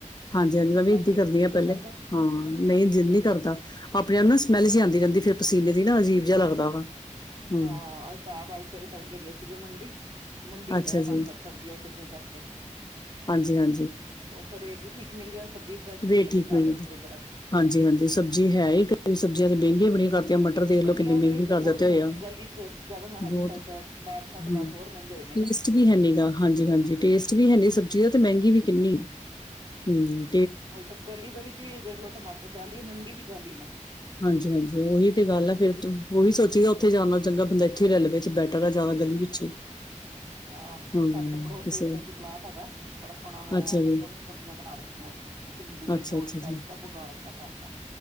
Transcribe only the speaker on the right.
ਪਸੀਨੋ
ਪਸੀਨ
ਜੀਅ
ਨੀ ਕਰਦਾ
ਹਾਂਆਂ, ਅਸੀਂ ਤਾਂ ਆਪ ਸਵੇਰੇ ਤੜਕੇ ਗਏ ਸੀਗੇ ਮੰਡੀ ਮੰਡੀਓ
ਲੇ ਆਏ ਪੰਜ
ਸੱਤ ਸਬਜ਼ੀਆਂ-ਸੁਬਜ਼ੀਆਂ ਚੱਕ ਕੇ।
ਉੱਥੋਂ ਰੇਟ ਵੀ ਠੀਕ ਮਿਲ ਗਿਆ ਸਬਜ਼ੀ ਫਰੈਸ਼
ਜਾਂਦੀ
ਸਾਫ਼
ਸੁਥਰੀ ਜਰਾ
ਗਲੀਆਂ
ਦੇ ਵਿੱਚ ਤਾਂ ਬਹੁਤ
ਮਹਿੰਗੀ,
ਗਲੀ ਚ ਜ਼ਿਆਦਾ ਮੈਂ
ਹਜੇ ਤੱਕ ਬਾਰਿਸ਼ਾਂ
ਤੋਂ ਬਾਅਦ ਹੋਰ ਮਹਿੰਗੇ ਹੇ ਜਾਣੀ।
ਉਈ ਤਾਂ। ਗਲੀ ਦੇ ਵਿੱਚ ਵੀ ਦੇਖ ਲੋ ਟਮਾਟਰ ਚਾਹੀ ਹੈ ਮੰਡੀ ਵੀ ਚਾਲੀ ਨੇ।
ਵਿਚਾਰੇ
ਹਾਂ,
ਸਾਡੇ ਤਾਂ ਪੜੋਸ
ਦੇ ਵਿੱਚ ਬਲਕਿ ਪਲਾਟ ਹੈਗਾ ਬੜਾ ਸੋਹਣਾ ਓਨਹਾਂਨੇ
ਏਨੀ
ਸੋਹਣੀਆਂ ਸਬਜ਼ੀਆਂ ਬਣਾ -ਰੱਖਿਆ। ਭਿੰਡੀ,
ਤੋਰੀ-ਤਾਰੀ
ਸਭ ਉਗਾ ਰੱਖਿਆ ਘਰ ਦਾ।